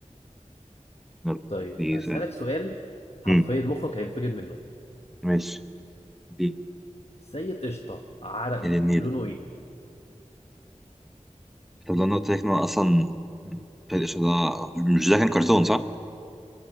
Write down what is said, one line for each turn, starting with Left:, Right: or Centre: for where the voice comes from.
Centre: يلا
Left: طيب
Centre: دي
Left: هسألك
Centre: سؤال
Left: سؤال حرفيا
Centre: امم
Left: مخك هينفجر منه
Centre: ماشي دي
Left: سيد قشطة عرقه
Centre: ايه ده النيل
Left: لونه ايه؟
Centre: طب لو انا قلت لك إن أنا اصلا فرق الإشارة مش ده كان كرتون صح؟